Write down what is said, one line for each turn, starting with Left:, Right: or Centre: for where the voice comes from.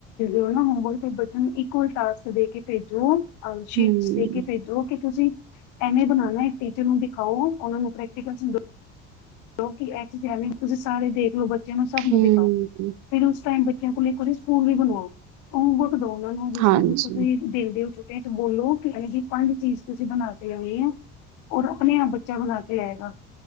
Left: ਹੋ ਨਾ ਹੋਮਵਰਕ ਫੇਰ ਬੱਚੇ ਨੂੰ ਇੱਕੋ ਹੀ ਟਾਸਕ ਦੇ ਕੇ ਭੇਜੋ। <unintelligible>
Right: ਹਮ
Left: ਦੇ ਕੇ ਭੇਜੋ ਕਿ ਤੁਸੀਂ ਐਮ ਏ ਬਣਾਣਾ ਇੱਕ ਟੀਚਰ ਨੂੰ ਦਿਖਾਓ ਉਹਨਾਂ ਨੂੰ ਆਪਣੇ। <inaudible> ਕਿਉਂਕਿ ਕਿਵੇ ਤੁਸੀਂ ਸਾਰੇ ਦੇਖਲੋ ਬੱਚੇ। ਬੱਚਿਆਂ ਨੂੰ ਸਭ ਨੂੰ
Right: ਹਮ
Left: ਦਿਖਾ ਫਿਰ ਉਸ ਟਾਈਮ ਫਿਰ ਇੱਕ ਵਾਰੀ ਸਕੂਲ ਵੀ ਬਣਵਾਓ। ਕਦੋਂ ਉਹਨਾਂ ਨੂੰ ਤੁਸੀਂ
Right: ਹਾਂਜੀ
Left: ਦੇਖਦੇ ਹੋ ਬੋਲੋ ਕੀ ਇਹੋ ਜਿਹੀ ਪੰਜ ਚੀਜ਼ ਤੁਸੀਂ ਬਣਾ ਕੇ ਆਨੀ ਔਰ ਆਪਣੇ ਆਪ ਬੱਚਾ ਬਣਾ ਕੇ ਆਏਗਾ।